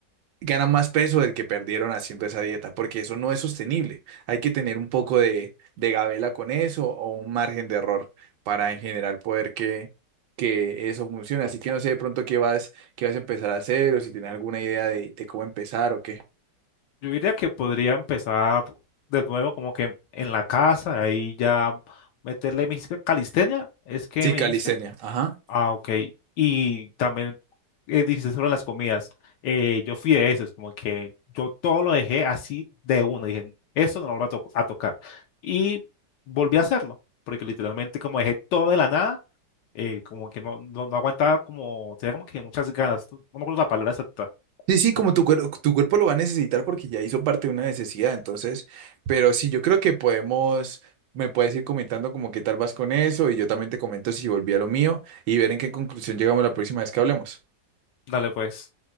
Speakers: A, on the right (about 80°); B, on the left (about 80°).
A: ganan más peso del que perdieron haciendo esa dieta, porque eso no es sostenible. Hay que tener un poco de, de gabela con eso o un margen de error para en general poder que, que eso funcione. Así que no sé de pronto qué vas, qué vas a empezar a hacer o si tienes alguna idea de, de cómo empezar o qué.
B: Yo diría que podría empezar de nuevo como que en, en la casa, ahí ya meterle, me dijiste calistenia, ¿es que
A: Sí,
B: me
A: calistenia.
B: dijiste?
A: Ajá.
B: Ah, ok. Y también eh, dijiste sobre las comidas. Eh, yo fui de esos, como que yo todo lo dejé así de una. Dije, esto no lo voy a, to- a tocar. Y volví a hacerlo, porque literalmente como dejé todo de la nada, eh, como que no, no, no aguantaba como, tenía como que muchas ganas. No me acuerdo la palabra exacta.
A: Sí, sí,
B: Pues,
A: como tu, cuer- tu cuerpo lo va a necesitar porque ya hizo parte de una necesidad, entonces, pero sí, yo creo que podemos, me puedes ir comentando como qué tal vas con eso y yo también te comento si volví a lo mío y ver en qué conclusión llegamos la próxima vez que hablemos.
B: Dale pues.